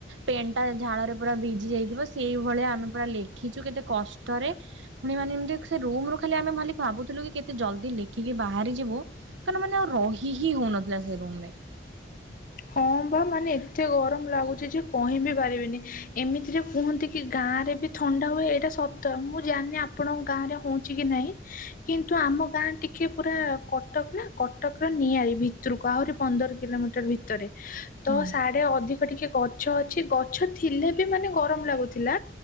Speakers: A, on the right; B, on the left.
A: ପେନ୍ ଟା ଝାଳରେ ପୁରା ଭିଜି ଯାଇଥିବ ସେଇଭଳିଆ ଆମେ ପୁରା ଲେଖିଛୁ କେତେ କଷ୍ଟରେ ପୁଣି ମାନେ ଏମିତି ସେ ରୁମରୁ ଖାଲି ଆମେ ଭାଲି ଭାବୁଥିଲୁ କି କେତେ ଜଲଦି ଲେଖିକି ବାହାରିଯିବୁ କଣ ମାନେ ଆଉ ରହି ହି ହଉନଥିଲା ସେଇ ରୁମରେ।
B: ହଁ ବା ମାନେ ଏତେ ଗରମ ଲାଗୁଛି ଯେ କହିବିି ପାରିବିନି। ଏମିତିରେ କୁହନ୍ତି କି ଗାଁରେ ବି ଥଣ୍ଡା ହୁଏ ଏଇଟା ସତ ମୁଁ ଜାଣିନି ଆପଣଙ୍କ ଗାଁରେ ହଉ ଚିକି ନାଇଁ କିନ୍ତୁ ଆମ ଗାଁ ଟିକେ ପୁରା କଟକ ନା କଟକର ନିଆଳି ଭିତରକୁ ଆହୁରି ପନ୍ଦର କିଲୋମିଟର ଭିତରେ। ତ
A: ହୁଁ
B: ସାଢେ ଅଧିକ ଟିକେ ଗଛ ଅଛି ଗଛ ଥିଲେ ବି ମାନେ ଗରମ ଲାଗୁଥିଲା।